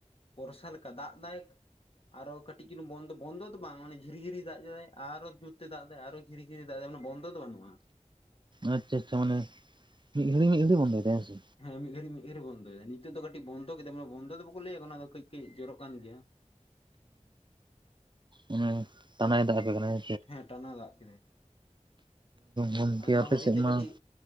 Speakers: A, on the left (about 50°); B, on the right (about 40°).
A: ᱯᱚᱨᱥᱟ ᱞᱮᱠᱟ ᱫᱟᱜ ᱫᱟᱭ᱾ ᱟᱨᱚ ᱠᱟᱹᱴᱤᱡ ᱪᱩᱞᱩ ᱵᱚᱱᱫᱚ ᱵᱚᱱᱫᱚ ᱫᱚ ᱵᱟᱝ ᱢᱟᱱᱮ ᱡᱷᱤᱨᱤ-ᱡᱷᱤᱨᱤ ᱫᱟᱜ ᱮᱟᱭ ᱟᱨᱚ ᱡᱩᱨᱛᱮ ᱫᱟᱜ ᱮᱫᱟᱭ ᱟᱨᱚᱭ ᱡᱷᱤᱨᱤ-ᱡᱷᱤᱨᱤ ᱫᱟᱜ ᱫᱟᱭ ᱢᱟᱱᱮ ᱵᱚᱱᱫᱚ ᱫᱚ ᱵᱟᱹᱱᱩᱜᱼᱟ᱾
B: ᱟᱪᱪᱷᱟ ᱟᱪᱪᱷᱟ ᱢᱟᱱᱮ ᱢᱤᱫ ᱜᱷᱟᱹᱲᱤᱡ ᱢᱤᱫ ᱜᱷᱟᱹᱲᱤᱡ ᱵᱚᱱᱫᱚᱭ ᱮᱫᱟᱭ ᱦᱮᱸ ᱥᱮ᱾
A: ᱦᱮᱸ ᱢᱤᱫᱜᱷᱲᱤᱜ ᱢᱤᱫᱜᱷᱲᱤᱜ ᱵᱚᱱᱫᱚᱭ ᱫᱟᱭ᱾ ᱱᱤᱛᱚᱜ ᱫᱚ ᱠᱟᱹᱴᱤᱡ ᱵᱚᱱᱫᱚ ᱠᱮᱫᱟᱭ ᱢᱟᱱᱮ ᱵᱚᱱᱫᱚ ᱫᱚ ᱵᱟᱠᱚ ᱞᱟᱹᱭᱟ ᱠᱚ ᱚᱱᱟ ᱫᱚ ᱠᱟᱹᱡ ᱠᱟᱹᱡ ᱡᱚᱨᱚᱜ ᱠᱟᱱ ᱜᱮᱭᱟ᱾
B: ᱩᱸ ᱴᱟᱱᱟᱭ ᱫᱟᱜ ᱟᱯᱮ ᱠᱟᱱᱟᱭ᱾
A: ᱦᱮᱸ ᱴᱟᱱᱟ ᱫᱟᱜ ᱠᱮᱫᱟᱭ᱾
B: ᱜᱚᱢᱠᱮ
A: ᱟᱨ ᱱᱚᱣᱟ
B: ᱟᱯᱮ
A: ᱠᱷᱟᱹᱛᱤᱨ
B: ᱥᱮᱫ
A: ᱛᱮ
B: ᱢᱟ
A: ᱠᱟᱹᱴᱤᱡ